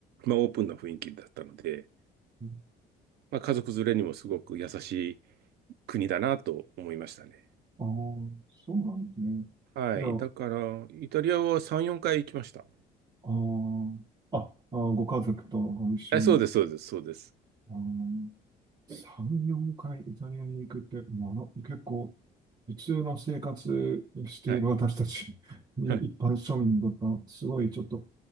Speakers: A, on the right; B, on the right.
A: まあ、オープンな雰囲気だったので、
B: うん
A: まあ、家族連れにもすごく優しい国だなと思いましたね。
B: ああー、そうなんですね。
A: はい。
B: じゃあ、
A: だから、
B: あ
A: イタリアは3、4回行きました。
B: ーあ、あー、ご家族とご一緒に、
A: え、そうです、そうです、そうです。
B: あの、3、4回イタリアに行くって、もうあの、結構、普通の生活している私たちに、
A: はい。<laughs> はい。
B: 一般庶民にとったら、すごいちょっと、